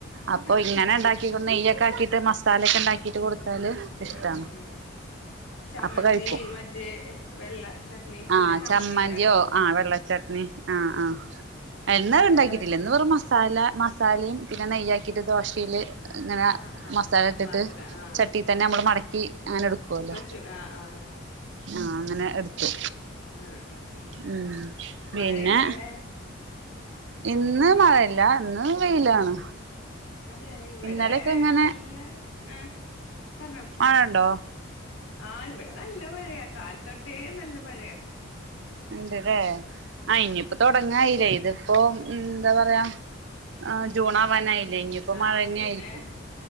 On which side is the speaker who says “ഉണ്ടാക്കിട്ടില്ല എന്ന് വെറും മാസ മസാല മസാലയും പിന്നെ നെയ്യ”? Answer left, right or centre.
Right